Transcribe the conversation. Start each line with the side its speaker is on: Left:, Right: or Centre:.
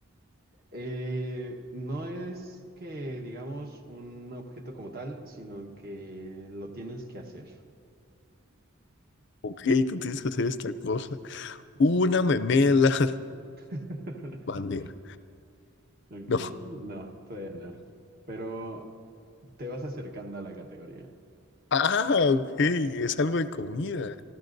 Right: Eh, no es que digamos un objeto como tal, sino que lo tienes que hacer.
Left: ok, tú tienes que hacer esta cosa. Una
Right: Así es.
Left: memela <laughs>
Right: <laughs>
Left: bandera.
Right: Ok,
Left: No.
Right: no, todavía no. Pero te vas acercando a la categoría.
Left: Ah, ok, es algo de comida.